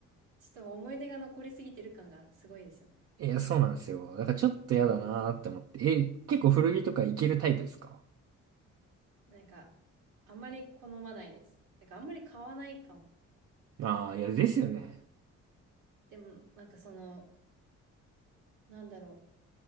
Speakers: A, on the right (about 85°); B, on the right (about 55°).
A: ちょっと思い出が残りすぎてる感がすごいですよね。
B: いや、そうなんですよ。だからちょっと嫌だなーって思って。え、結構古着とかいけるタイプですか
A: なんか、あんまり好まないです。だからあんまり買わないかも。
B: ああー、いや、ですよね。
A: でも、なんかその、なんだろ